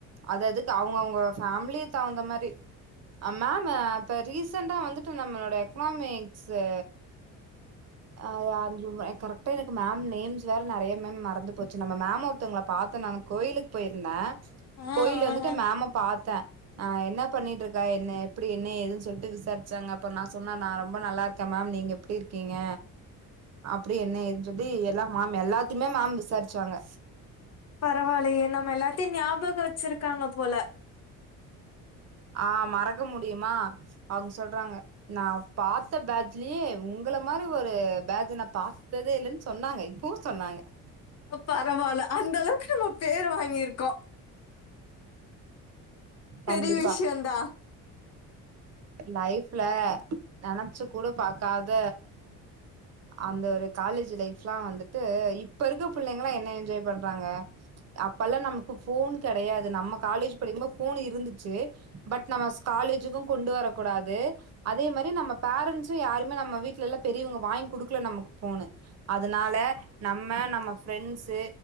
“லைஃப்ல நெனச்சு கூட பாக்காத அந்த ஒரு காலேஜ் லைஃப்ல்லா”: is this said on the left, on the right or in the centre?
Right